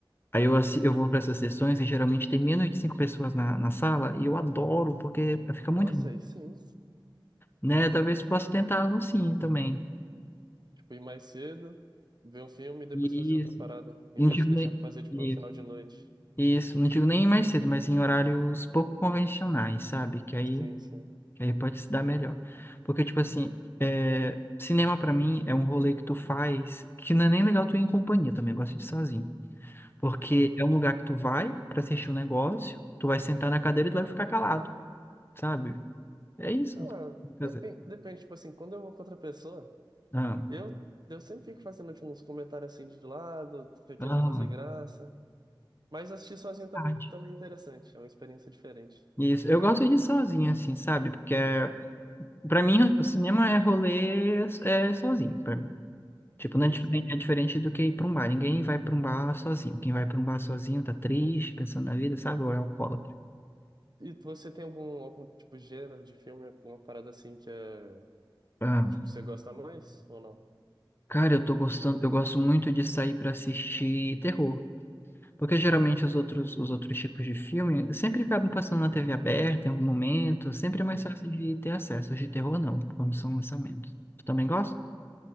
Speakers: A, on the left; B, on the right.
A: Aí eu, assi- eu vou para essas sessões e geralmente tem menos de cinco pessoas na, na sala e eu adoro porque fica
B: Nossa,
A: muito.
B: aí sim.
A: né? Talvez possa tentar algo assim também.
B: Tipo, ir mais cedo, ver um filme e depois
A: Isso.
B: fazer outra parada, em
A: E
B: vez
A: Não digo
B: de deixar
A: nem...
B: pra fazer, tipo,
A: Isso.
B: final de noite.
A: Isso. Não digo nem mais cedo, mas em horários pouco convencionais, sabe? Que aí,
B: Sim, sim.
A: que aí pode se dar melhor. Porque, tipo assim, é, cinema pra mim é um rolê que tu faz que não é nem legal tu ir em companhia também, eu gosto de ir sozinho. Porque
B: Ah.
A: é um lugar que tu vai pra assistir um negócio, tu vai sentar na cadeira e tu vai ficar calado, sabe? É isso.
B: Ah,
A: Quer
B: depende,
A: dizer,
B: depende, tipo assim, quando eu vou com outra pessoa,
A: Ah,
B: eu, eu sempre fico fazendo, tipo, uns comentários assim de lado, tô querendo
A: ah,
B: fazer graça. Mas assistir sozinho também,
A: tarde.
B: também é interessante, é uma experiência diferente.
A: Isso, eu gosto de ir sozinho, assim, sabe? Porque é Pra mim, o cinema é rolê é, sozinho, pra mim. Tipo, não
B: Sim,
A: é diferente,
B: sim.
A: é diferente do que ir pra um bar. Ninguém vai pra um bar sozinho. Quem vai pra um bar sozinho tá triste, pensando na vida, sabe? Ou é alcoólatra.
B: E tu- você tem algum, algum tipo de gênero de filme, alguma parada assim que é
A: Ah,
B: Você- Tipo, você gosta mais ou não?
A: cara, eu tô gostando, eu gosto muito de sair pra assistir terror. Porque geralmente os outros, os outros tipos de filme sempre acabam passando na TV aberta em algum momento. Sempre é mais
B: Uhum.
A: fácil de ter acesso. Os de terror não, quando são lançamentos. Tu também gosta?